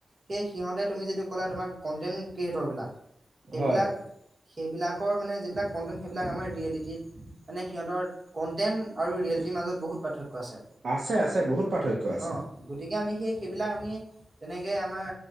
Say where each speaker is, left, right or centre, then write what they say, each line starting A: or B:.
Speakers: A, on the right (about 35°); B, on the right (about 55°).
A: সেই সিহতে তুমি যদিটো ক'লে তোমাৰ কেন্টেন ক্ৰিয়েটৰ বিলাক সেইবিলাক
B: হয়
A: সেইবিলাকৰ মানে যিবিলাক কণ্টেণ্ট সেইবিলাক আমাৰ ৰিয়েলিটিত মানে সিহঁতৰ কন্টেন্ট আৰু ৰিয়েলিটিৰ মাজত বহুত পাৰ্থক্য আছে
B: আছে আছে বহুত পাৰ্থক্য আছে
A: অ গতিকে আমি সেই সেইবিলাক আমি তেনেকৈ আমাৰ